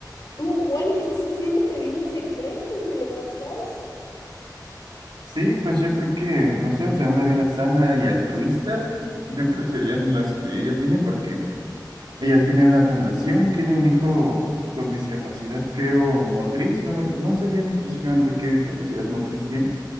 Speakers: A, on the left; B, on the right.
A: Tú, Juani, ¿qué estás haciendo? Pedirle el secreto y me lo pasas.
B: sí, pues yo creo que, no sé, o sea, una vida sana y altruista, yo creo serían las que ella tiene, porque ella tiene una fundación, tiene un hijo con discapacidad, creo, motriz, no, me- no sé bien específicamente qué discapacidad motriz tiene,